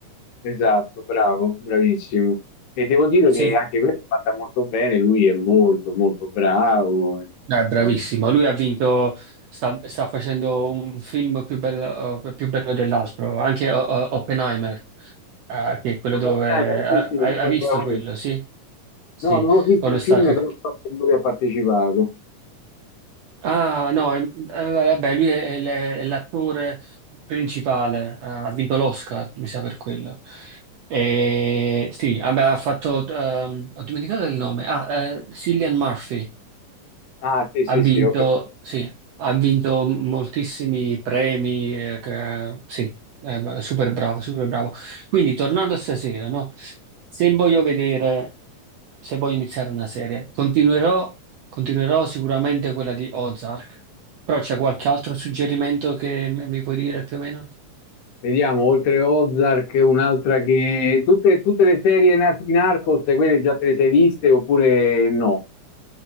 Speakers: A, on the left (about 70°); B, on the right (about 75°).
A: Esatto, bravo, bravissimo. E devo dire
B: Sì.
A: che anche quella è fatta molto bene, lui è molto molto bravo. e
B: Eh, bravissimo,
A: vabbè.
B: lui ha vinto, sta, sta facendo un film più bello, eh, più bello dell'altro, anche O- O- Oppenheimer, eh, che è quello
A: Non
B: dove...
A: ho finale,
B: eh,
A: sì, sì, lui
B: hai, hai
A: fa
B: visto
A: il protagonista.
B: quello, sì? Sì,
A: No, non ho visto
B: quando
A: il
B: sta...
A: film,
B: che-
A: però so che lui ha partecipato.
B: Ah, no, eh, eh, vabbè, lui è, è- l- è l'attore principale, eh, ha vinto l'Oscar, mi sa per quello. E, sì, vabbè, ha fatto... ehm, ho dimenticato il nome. Ah, eh, Cillian Murphy.
A: Ah, sì, sì,
B: Ha vinto,
A: sì, ok.
B: sì, ha vinto moltissimi premi, eh, che- sì, eh, super bravo, super bravo. Quindi, tornando a stasera, no? Se voglio vedere, se voglio iniziare una serie, continuerò, continuerò sicuramente quella di Ozark, però c'è qualche altro suggerimento che mi mi puoi dire più o meno?
A: Vediamo, oltre Ozark, un'altra che... Tutte, tutte le serie na- di Narcos, quelle già te le sei viste oppure no?